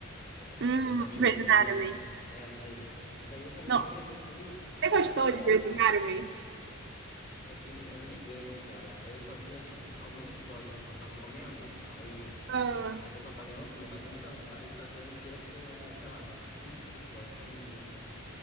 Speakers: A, on the left; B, on the right.
A: eh,
B: Hum,
A: meus amigos
B: Grey's
A: viam.
B: Anatomy.
A: É essa daí, cara. Essa daí eu comecei
B: Não.
A: a ver um pouquinho,
B: Você
A: só
B: gostou
A: que era,
B: de Grey's Anatomy?
A: só que era gigante, cara. Aí eu só via, tipo, alguns episódios quando tava comendo, aí
B: Ah,
A: Aí o pessoal tá vendo, eu via, mas eu nunca parei pra ver ela inteira porque era, sei lá, muitos episódios, muito, muito mesmo.